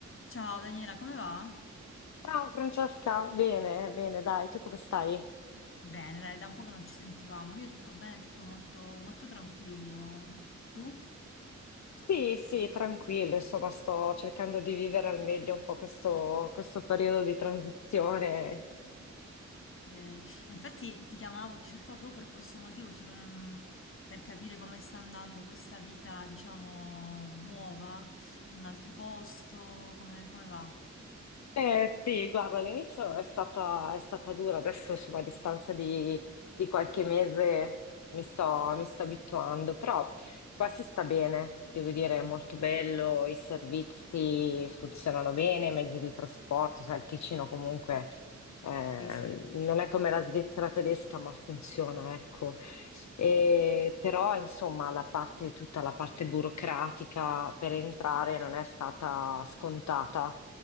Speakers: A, on the left (about 45°); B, on the left (about 70°).
A: Ciao Daniela, come va?
B: Ciao Francesca, bene, bene, dai, tu come stai?
A: Bene, dai, da un po' che non ci sentivamo. Io tutto bene, tutto molto, molto tranquillo. Tu?
B: Sì, sì, tranquillo, insomma, sto cercando di vivere al meglio un po' questo, questo periodo di transizione.
A: Ok. E infatti ti chiamavo, ti cercavo proprio per questo motivo, cioè, mh, per capire come sta andando questa vita, diciamo, nuova, in un altro posto, come, come va?
B: Eh sì, guarda, all'inizio è stata, è stata dura, adesso insomma a distanza di, di qualche mese mi sto, mi sto abituando, però qua si sta bene, devo dire, è molto bello, i servizi funzionano bene, i mezzi di trasporto, sai, il Ticino comunque eh,
A: Sì, sì,
B: non è come la Svizzera tedesca, ma funziona, ecco. E però insomma la parte, tutta la parte burocratica per entrare non è stata scontata